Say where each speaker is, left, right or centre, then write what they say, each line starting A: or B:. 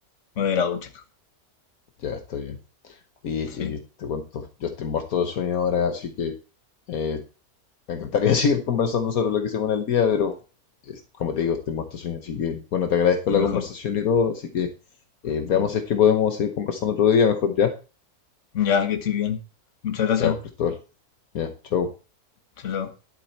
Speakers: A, on the left (about 55°); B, on the left (about 70°).
A: me voy a ir a duchar.
B: ya estoy bien. y
A: Sí,
B: y te cuento, yo estoy muerto de sueño ahora, así que eh, me encantaría <laughs> seguir conversando sobre lo que hicimos en el día, pero eh, como te digo, estoy muerto de sueño, así que bueno, te agradezco
A: mejor.
B: la conversación y todo, así que eh, veamos
A: Mm.
B: si es que podemos seguir conversando otro día, mejor ya.
A: Ya que estoy bien. Muchas gracias.
B: Ya, pues, Cristóbal. Ya, chau.
A: Chao, chao.